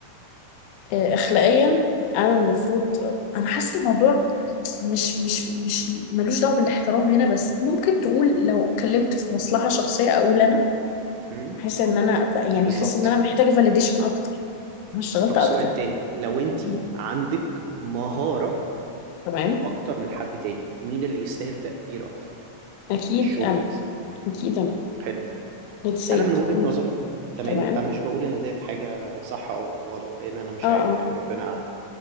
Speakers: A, on the left; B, on the right.
A: آه، أخلاقيا أنا المفروض أنا حاسة الموضوع مش مش مش ملوش دعوة بالاحترام هنا بس ممكن تقول لو اتكلمت في مصلحة شخصية أقول أنا
B: امم
A: احس ان انا يعني
B: بالظبط
A: احس ان انا محتاجه فاليديشن اكتر انا اشتغلت
B: طب
A: اكتر
B: سؤال تاني لو أنت
A: مم.
B: عندك مهارة
A: تمام
B: أكتر من حد تاني مين اللي يستاهل تقدير أكتر
A: اكيد
B: في الشغل
A: انا
B: مثلا؟
A: اكيد انا
B: حلو
A: بتسيد
B: انا من وجهة
A: مم.
B: نظري تمام
A: تمام
B: انا مش بقول ان ديت حاجة صح او غلط لان انا مش
A: اه
B: عارف
A: اه
B: يعني ربنا اعلم